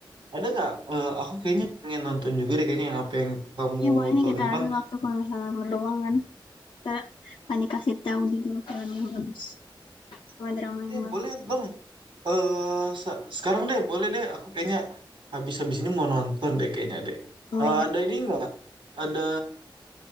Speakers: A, on the right; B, on the left.
A: Ada nggak? eh, aku kayaknya pengen nonton juga deh kayaknya yang apa yang kamu
B: Ya boleh nih
A: tonton.
B: kita atur waktu kalau misalnya berluang kan. Kita Fani kasih tahu gitu film yang bagus, sama drama yang
A: Ya
B: bagus.
A: boleh dong eh se- sekarang deh, boleh deh. Aku kayaknya habis-habis ini mau nonton deh kayaknya deh.
B: Oh
A: Eh,
B: iya.
A: ada ini nggak? Ada